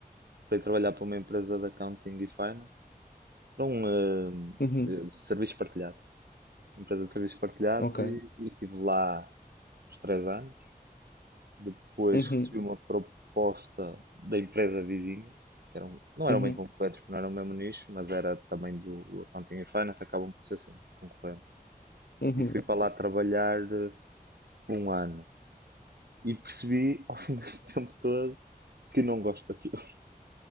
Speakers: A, on the right; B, on the left.
A: para ir trabalhar para uma empresa de accounting e finance, para um eh,
B: uhum.
A: eh, serviço partilhado. empresa de serviços partilhados
B: Ok.
A: e, e tive lá uns três anos. Depois
B: Uhum,
A: recebi uma proposta da empresa vizinha, que eram, não eram
B: uhum,
A: bem concorrentes, porque não eram o mesmo nicho, mas era também do, do Accounting e Finance, acabam por ser sempre concorrentes.
B: uhum.
A: E fui para lá trabalhar eh, um ano e percebi <laughs> ao fim desse tempo todo que não gosto daquilo. <laughs>